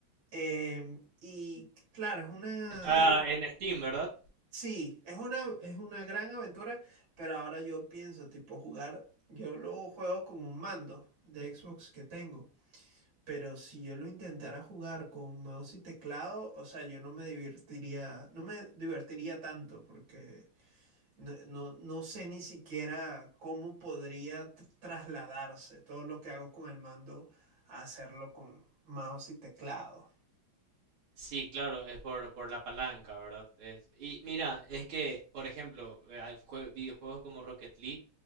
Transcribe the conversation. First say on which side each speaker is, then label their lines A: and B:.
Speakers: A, on the right; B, on the right.
A: em, y claro, es una,
B: Está en Steam, ¿verdad?
A: sí, es una, es una gran aventura, pero ahora yo pienso, tipo, jugar, yo lo juego con un mando de Xbox que tengo, pero si yo lo intentara jugar con mouse y teclado, o sea, yo no me divertiría, no me divertiría tanto, porque... No, no, no sé ni siquiera cómo podría tr- trasladarse todo lo que hago con el mando a hacerlo con mouse y teclado.
B: Sí, claro, es por, por la palanca, ¿verdad? Es- y mira, es que, por ejemplo, eh, hay jue- videojuegos como Rocket League,